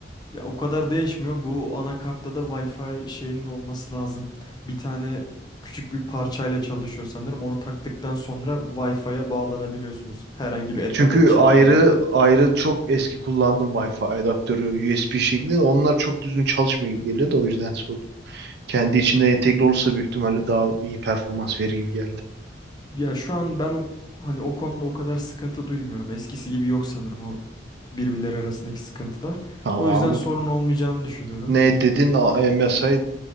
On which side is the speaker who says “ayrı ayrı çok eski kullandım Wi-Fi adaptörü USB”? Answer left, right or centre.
Right